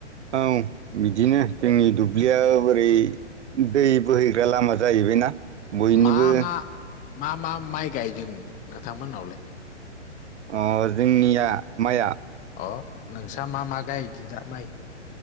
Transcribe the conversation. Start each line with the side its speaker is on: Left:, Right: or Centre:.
Right: औ बिदिनो जोंनि दुब्लियाव बोरै दै बोहैग्रा लामा जाहैबायना । बयनिबो
Left: मा मा मा मा माइ गायदों नोंथांमोननावलाय?
Right: ओ‌ जोंनिया माइआ
Left: अ नोंस्रा मा मा गायदो दा माइ?